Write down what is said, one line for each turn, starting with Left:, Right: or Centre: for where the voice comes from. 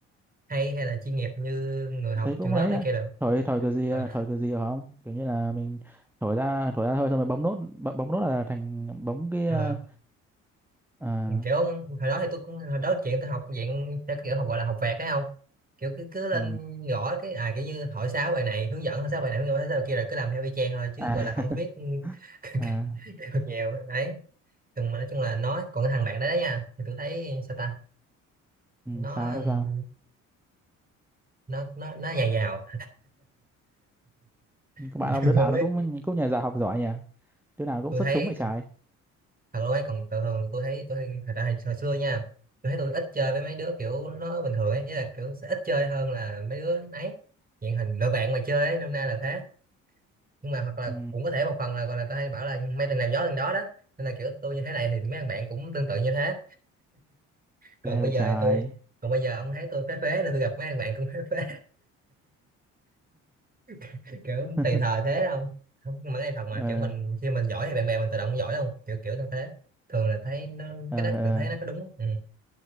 Right: hay hay là chuyên nghiệp như người học
Centre: Thấy cũng
Right: trường lớp
Centre: ấy,
Right: này
Centre: á.
Right: kia được
Centre: thổi thổi cái gì,
Right: ờ,
Centre: thổi cái gì hả không? Kiểu như là mình thổi ra, thổi ra thôi, xong rồi bấm nốt, bấm, bấm nốt là thành bấm cái.
Right: ờ.
Centre: ờ, À,
Right: Ừ, kiểu hồi đó thì tôi cũng hồi đó chuyện tôi học dạng theo cái kiểu học gọi là học vẹt thấy không kiểu cứ cứ lên
Centre: ừ.
Right: gõ cái à kiểu như hỏi sáu bài này hướng dẫn hỏi sáu bài này hướng dẫn hỏi sáu bài kia rồi cứ làm theo y chang thôi chứ
Centre: à,
Right: gọi
Centre: <laughs>
Right: là không có biết <laughs> cái-
Centre: à,
Right: cái- cái được nhiều đấy nhưng mà nói chung là nó còn cái thằng bạn đấy đó nha thì tôi thấy sao ta
Centre: ừ,
Right: nó
Centre: sao đó sao?
Right: nó nó nó nhà giàu
Centre: các
Right: <laughs>
Centre: bạn ông
Right: tôi
Centre: đứa nào
Right: không biết
Centre: nó cũng cũng nhà giả học giỏi nhỉ đứa nào cũng
Right: tôi
Centre: xuất
Right: thấy
Centre: chúng vậy trái
Right: thật luôn ấy còn thường thường tôi thấy tôi thấy thật ra hồi, hồi xưa nha tôi thấy tôi ít chơi với mấy đứa kiểu nó bình thường ấy nghĩa là kiểu sẽ ít chơi hơn là mấy đứa ấy hiện hình lựa bạn mà chơi ấy nôm na là thế nhưng mà hoặc là
Centre: ừ
Right: cũng có thể một phần là còn là tôi hay bảo là mấy thằng nào gió thằng đó đó nên là kiểu tôi như thế này thì mấy thằng bạn cũng tương tự như thế còn
Centre: ghê
Right: bây
Centre: vậy
Right: giờ
Centre: trái
Right: thì tôi còn bây giờ ông thấy tôi phế phế nên tôi gặp mấy thằng bạn cũng phế phế <laughs> kiểu
Centre: <laughs>
Right: tùy thời thế đó không không nhưng mà cái này thật mà
Centre: ờ
Right: kiểu mình khi mình giỏi thì bạn bè mình tự động giỏi không kiểu kiểu như thế thường là thấy nó
Centre: ờ
Right: cái đó
Centre: ờ
Right: tự thấy nó có đúng ừ.